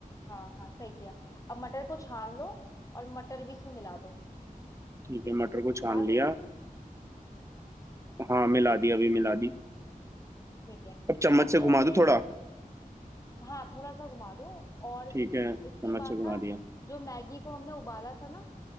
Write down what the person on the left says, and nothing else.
हाँ हाँ सही किया अब मटर को छान लो और मटर भी इसमें मिला दो
मिला
दी
ठीक है
अब
जो हमने
वो हाँ थोड़ा सा घुमा दो और
इसके बाद
ना
जो मैगी को हमने उबाला था ना